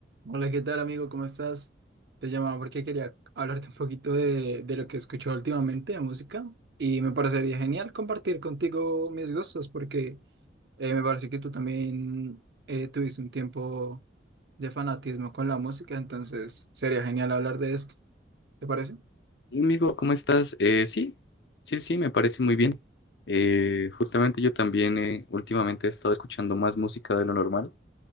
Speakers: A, on the right (about 60°); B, on the left (about 65°).
A: Hola, ¿qué tal, amigo? ¿Cómo estás? Te llamaba porque quería hablarte un poquito de, de lo que he escuchado últimamente de música y me parecería genial compartir contigo mis gustos porque eh, me parece que tú también eh, tuviste un tiempo de fanatismo con la música, entonces sería genial hablar de esto, ¿te parece?
B: Hola, Amigo, ¿cómo estás? Eh, sí, sí, sí, me parece muy bien. Eh, justamente yo también eh, últimamente he estado escuchando más música de lo normal